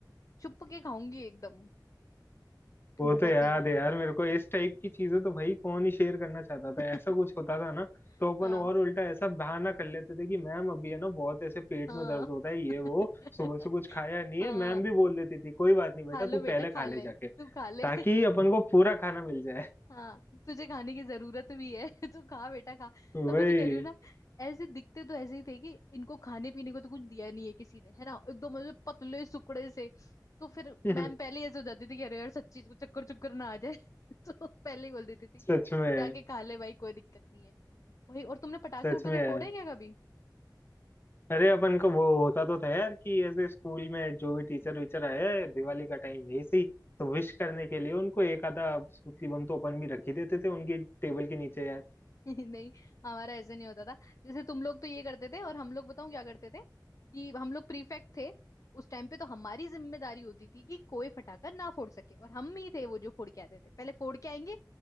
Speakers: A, on the left; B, on the left.
A: चुप के खाऊंगी एकदम
B: वो
A: बहुत
B: तो याद
A: ही
B: है यार मेरे को इस टाइप की चीजें तो भाई कौन ही शेयर करना चाहता
A: <laughs>
B: था ऐसा कुछ होता था ना तो अपन
A: हाँ
B: और उल्टा ऐसा बहाना कर लेते थे कि मैम अभी है ना बहुत ऐसे पेट
A: हाँ
B: में दर्द होता है ये
A: <laughs>
B: वो सुबह से कुछ खाया नहीं
A: हाँ
B: है मैम भी बोल देती थी कोई बात नहीं बेटा
A: खा
B: तू
A: लो
B: पहले
A: बेटा
B: खा
A: खा
B: ले
A: ले
B: जाके
A: तू खा ले
B: ताकि
A: <laughs>
B: अपन को पूरा खाना मिल जाए
A: हाँ तुझे खाने की जरूरत भी है <laughs> तू खा बेटा खा
B: वही
A: तभी तो कह रही हूँ ना ऐसे दिखते तो ऐसे ही थे कि इनको खाने पीने को तो कुछ दिया नहीं है किसी ने है ना एकदम ऐसे पतले सुकड़े से तो फिर
B: <laughs>
A: मैम पहले ही ऐसे हो जाती थी कि अरे यार सच्ची इसको चक्कर चुक्कर ना आ जाए <laughs> तो पहले ही बोल देती थी
B: सच में
A: जाके खा ले भाई कोई दिक्कत नहीं है भाई और तुमने पटाखे
B: सच
A: उठो
B: में
A: के फोड़े
B: है
A: हैं क्या कभी
B: अरे अपन को वो होता तो था यार कि ऐसे स्कूल में जो भी टीचर वीचर आए दिवाली का टाइम है इसी तो विश करने के लिए उनको एक आधा स्मृति बम तो अपन भी रख ही देते थे उनकी टेबल के नीचे यार
A: <laughs> नहीं हमारा ऐसे नहीं होता था जैसे तुम लोग तो ये करते थे और हम लोग बताऊं क्या करते थे कि हम लोग प्रीफेक्ट थे उस टाइम पे तो हमारी जिम्मेदारी होती थी कि कोई फटाका ना फोड़ सके और हम ही थे वो जो फोड़ के आते थे पहले फोड़ के आएंगे